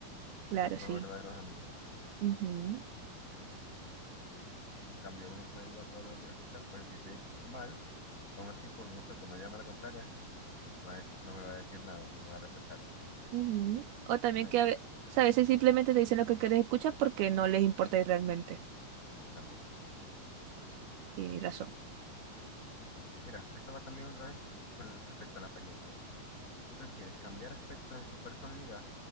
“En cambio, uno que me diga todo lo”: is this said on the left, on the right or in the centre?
Left